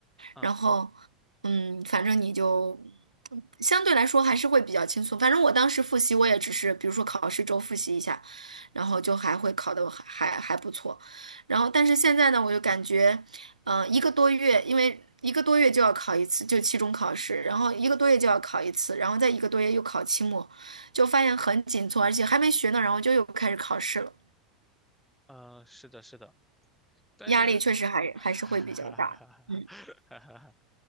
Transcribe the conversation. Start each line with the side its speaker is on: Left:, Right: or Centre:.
Centre: 嗯，
Right: 然后，嗯，反正你就相对来说还是会比较轻松。反正我当时复习，我也只是比如说考试周复习一下，然后就还会考得还还还不错。然后，但是现在呢，我就感觉。嗯、呃一个多月，因为一个多月就要考一次，就期中考试，然后一个多月就要考一次，然后再一个多月又考期末，就发现很紧凑，而且还没学呢，然后就又开始考试了，
Centre: 嗯，是的，是的。但是，
Right: 压力确实还还是会比较大。
Centre: <laughs> 哈哈哈哈哈！
Right: 嗯